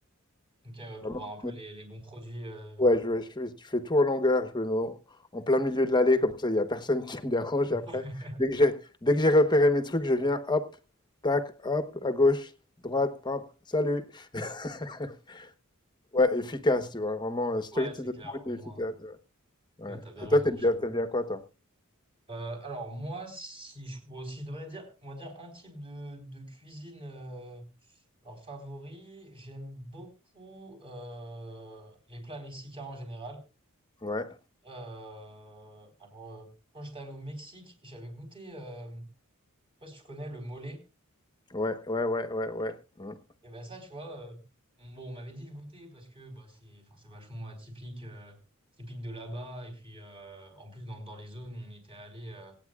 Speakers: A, on the right (about 25°); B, on the left (about 20°).
A: OK, ouais, pour
B: vraiment
A: voir un peu les, les bons produits. euh.
B: Ouais, je, je fais je fais tout en longueur, je me mets en en plein milieu de l'allée, comme ça, il y a personne qui me dérange
A: <laughs>
B: après. Dès que j'ai, dès que j'ai repéré mes trucs, je viens, hop, tac, hop, à gauche, droite, hop, salut. <laughs> Ouais, efficace, tu vois, vraiment euh, straight
A: Ouais, c'est
B: to the
A: clair,
B: point
A: au
B: et
A: moins.
B: efficace. Ouais.
A: Ouais,
B: Ouais.
A: t'as bien
B: Et
A: raison,
B: toi, t'aimes
A: je
B: bien,
A: trouve.
B: t'aimes bien quoi, toi?
A: Euh, alors, moi, si je, bon, si je devrais dire, on va dire un type de, de cuisine euh, alors, favori, j'aime beaucoup euh, les plats mexicains en général.
B: Ouais,
A: Euh, alors, euh, quand j'étais allé au Mexique, j'avais goûté, euh, je sais pas si tu connais, le mole.
B: ouais, ouais, ouais, ouais, ouais. Mhm,
A: Et ben ça, tu vois, euh, on- bon, on m'avait dit de goûter parce que bah, c'est, enfin, c'est vachement atypique, euh, typique de là-bas. Et puis, euh, en plus, dans, dans les zones où on était allé euh,